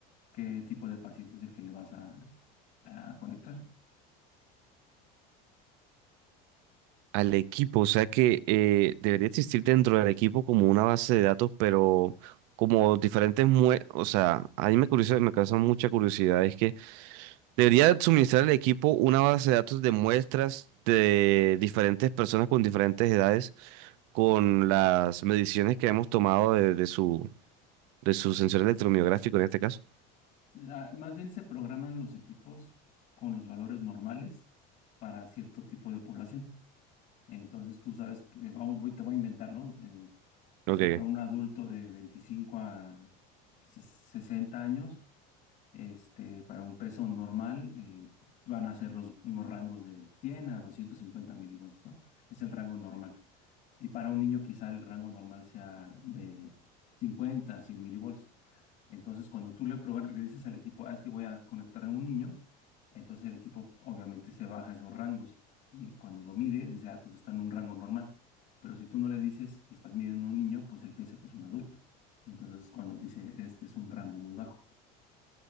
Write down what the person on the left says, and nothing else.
qué tipo de paciente es el que le vas a a conectar.
La- más bien se programan los equipos con los valores normales para cierto tipo de población. Entonces tú sabes, eh, vamos, voy- te voy a inventar, ¿no? Eh, quizá
para un adulto de 25 a se- 60 años, este, para un peso normal, eh, van a ser los, unos rangos de 100 a 250 milivolts, ¿no? Es el rango normal. Y para un niño quizá el rango normal sea de 50 a 100 milivolts. Entonces, cuando tú le, probar- le dices al equipo, ah, es que voy a conectar a un niño, entonces el equipo obviamente se baja esos rangos y cuando lo mide dice, ah, pues está en un rango normal. Pero si tú no le dices y estás midiendo a un niño, pues él piensa que es un adulto. Y entonces cuando dice, es que es un rango muy bajo.